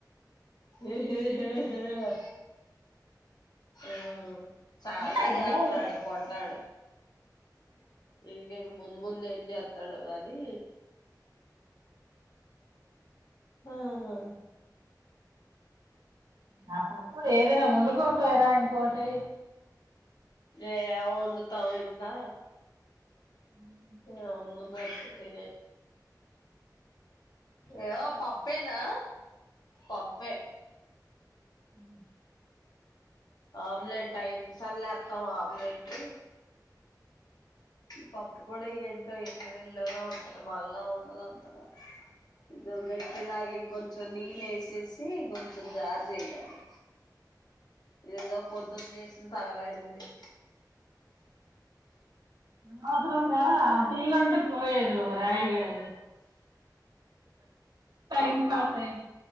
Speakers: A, on the left; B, on the right.
A: ఏ హే హే హే హా ఆ చానా
B: ఏంటయ్యా
A: జయాత్రడు
B: ఇది?
A: బొడ్డోడు ఇంగేం ముందు ముందు న్ జెత్తాడో గానీ ఆ హా
B: నాప్పుప్పుడు ఏదైనా వండుకోకపోయారా ఇంకోటి
A: ఏ వండుతావ్ ఇంకా
B: ఉ
A: ఇగ వందు ముత్తది ఇదే ఏయో పప్ పప్పునా? పప్పే
B: ఉ
A: ఆమ్లెట్ అ ఎన్సాల్ లేత్తాం ఆమ్లెట్ ఇప్పు అప్పు కూడా కూడా ఏంటో ఎ ఇల్లుగా ఉంటది మళ్ళా ఉండదు అంతగా ఇది గట్టిలాగ ఇంకొంత కొంచెం నీళ్ళు ఏసేసి కొంచెం జారు చేయాలి ఇదగో పొద్దున చేసింద్ తగలడింది
B: నవసరంగా ఇల్లుంటే పోయేది నువ్వు రాయిగడ టైం పాస్ అయి